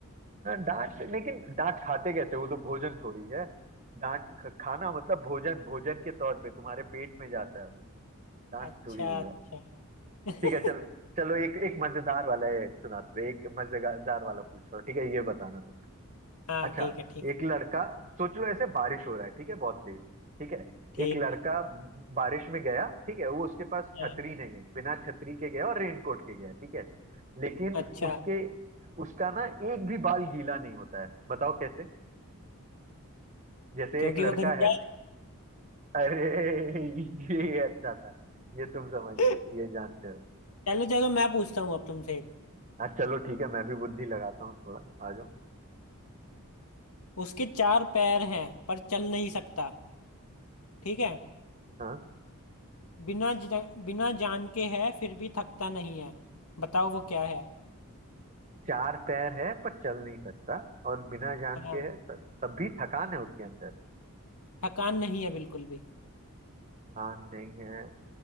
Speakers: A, on the right; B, on the left.
A: डांट लेकिन डांट खाते कैसे वो तो भोजन थोड़ी है डांट ख- खाना मतलब भोजन भोजन के तौर पे तुम्हारे पेट में जाता है वो डांट
B: अच्छा
A: थोड़ी वो
B: अच्छा
A: है
B: <laughs>
A: ठीक है चल चलो एक एक मजेदार वाला है सुनाते हैं, एक मजेदार वाला पूछ रहा हूँ ठीक है ये बताना तुम
B: हाँ
A: अच्छा
B: ठीक है ठीक
A: एक
B: है
A: लड़का सोच लो ऐसे बारिश हो रहा है ठीक है बहुत तेज ठीक है
B: ठीक
A: एक लड़का
B: है
A: बारिश में गया ठीक है वो उसके पास
B: हाँ,
A: छतरी नहीं है बिना छतरी के गया और रेनकोट के गया ठीक है लेकिन
B: अच्छा
A: उसके उसका ना एक भी बाल गीला नहीं होता है बताओ कैसे जैसे
B: क्योंकि
A: एक लड़का
B: वो गंजा
A: है
B: है
A: अरे ये अच्छा था ये तुम समझ
B: <laughs>
A: गए ये जानते हो
B: चलो चलो मैं पूछता हूँ अब तुमसे एक
A: हाँ चलो ठीक है मैं भी बुद्धि लगाता हूँ थोड़ा आ जाओ
B: उसके चार पैर हैं पर चल नहीं सकता ठीक है
A: हाँ
B: बिना ज, बिना जान के है फिर भी थकता नहीं है बताओ वो क्या है
A: चार पैर है पर चल नहीं सकता और बिना जान
B: हाँ
A: के है त- तब भी थकान है उसके अंदर
B: थकान नहीं है बिल्कुल भी
A: कान नहीं है